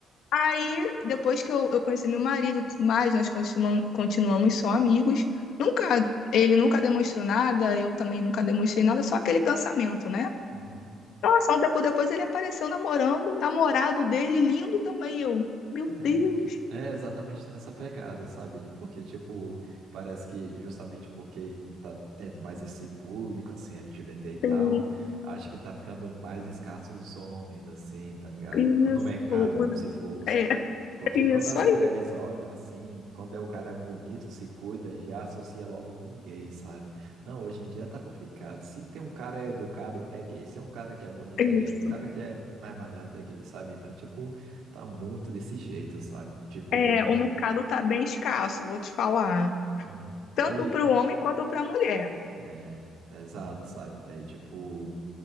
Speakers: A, on the left; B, on the right.
A: Aí, depois que eu, eu conheci meu marido, e tudo mais, nós continuam- continuamos só amigos. Nunca, ele nunca demonstrou nada, eu também nunca demonstrei nada, só aquele pensamento, né?
B: Uhum.
A: Nossa, um tempo depois ele apareceu namorando, o namorado dele, lindo também. Eu, meu
B: É,
A: Deus,
B: é exatamente nessa pegada, sabe? Porque, tipo, parece que justamente porque tá tendo mais esse público, assim, LGBT e tal,
A: tem
B: acho que tá ficando mais escasso os homens, assim, tá ligado?
A: isso,
B: No mercado,
A: os-
B: como se fosse.
A: é
B: Porque
A: isso
B: quando as
A: aí,
B: mulheres olham assim, quando é o cara bonito, se cuida, já associa logo com gay, sabe? Não, hoje em dia tá complicado. Se tem um cara educado, é gay. Se é um cara que é bonito,
A: é isso.
B: é gay. Um cara que é mais malhado, é gay, sabe? Então, tipo, tá muito desse jeito, sabe? Tipo,
A: É,
B: eu.
A: o mercado está bem escasso, vou te falar.
B: Ah.
A: Tanto
B: E,
A: para o homem quanto para a mulher.
B: É, exato, sabe? Daí, tipo,